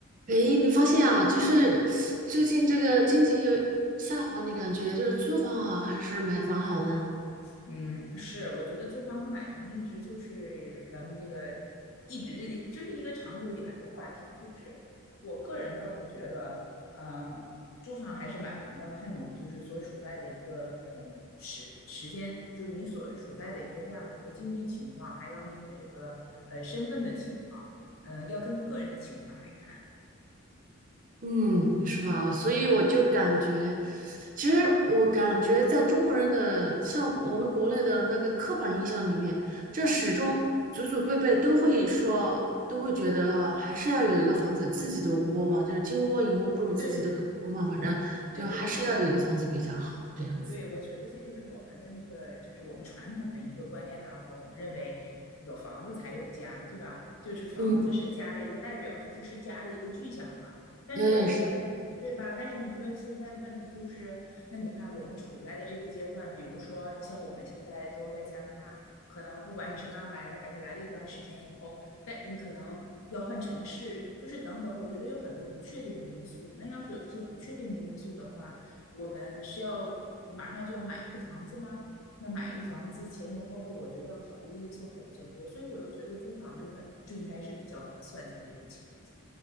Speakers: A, on the right (about 40°); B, on the left (about 75°).
A: 诶，你发现啊，就是最近这个经济有下滑，你感觉就是租房好还是买房好呢？
B: 嗯，是，我觉得租房和买房一直就是咱们这个一直就是一个长久以来的话题，是不是？我个人倒是觉得，嗯，租房还是买房要看你就是所处在的一个呃时时间，就你所处在的一个这样的一个经济情况，还有你的这个呃身份的情况，嗯、要根据个人的情况来看。
A: 嗯，是吧？所以我就感觉，其实我感觉在中国人的像我们国内的那个刻板印象里面，这始终祖祖辈辈都会说，都会觉得啊，还是要有一个房子，自己的窝嘛，就是金窝银窝不如自己的狗窝嘛，
B: 对，
A: 反正就还是要有一个房子比较好，
B: 对对对，
A: 这样子。
B: 对，我觉得这就是我们的那个，就是我们传统的一个观念当中，我们认为有房子才有家，对吧？就是房子是家的一个代表，
A: 嗯，
B: 就是是家的一个具象化。但是我觉得，
A: 对，
B: 对吧？但是你说现在的问题就是，那你看我们处在的这个阶段，比如说你像我们现在都在加拿大，可能不管你是刚来的还是来了一段时间以后，但你可能要换城市，就是等等，我觉得有很多不确定的因素。那要是有这些不确定的因素的话，我们是要马上就要买一个房子吗？那买一个房子前前后后，我觉得要考虑的因素还比较多，所以我又觉得租房就是就应该是比较划算，在这种情况